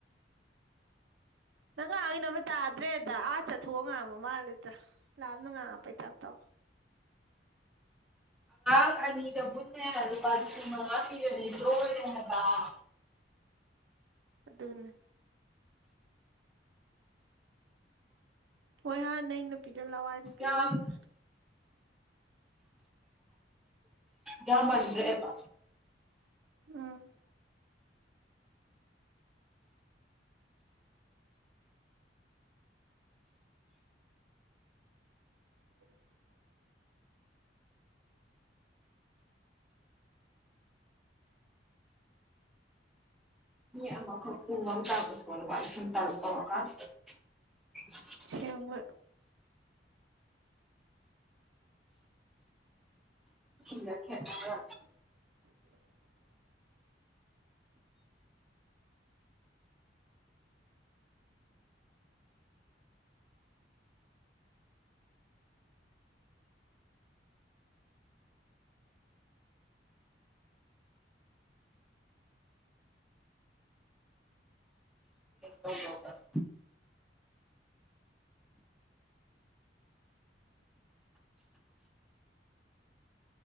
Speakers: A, on the right; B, in the centre.
A: ꯅꯪ ꯉꯥꯡꯀꯩ ꯑꯃ ꯇꯥꯔꯦ ꯑꯥ ꯆꯠꯊꯣꯛꯑ ꯉꯥꯡꯕ ꯃꯥꯜꯂꯦꯗ ꯂꯥꯞꯅ ꯉꯥꯡꯉꯛꯄꯩ ꯇꯞ ꯇꯥꯎ
B: <unintelligible>
A: ꯑꯗꯨꯗ ꯍꯣꯏ ꯍꯥꯅꯩ ꯅꯨꯄꯤꯗꯣ ꯂꯋꯥꯅꯤꯄꯤ
B: ꯌꯥꯝ
A: ꯑꯣꯏꯔꯝꯅꯤ
B: ꯌꯥꯝ ꯃꯟꯗ꯭ꯔꯦꯕ
A: ꯎꯝ <unintelligible>
B: <unintelligible> <unintelligible>
A: ꯁꯦꯡꯕ
B: <unintelligible>
A: <unintelligible>
B: ꯇꯧ ꯇꯧꯗꯅ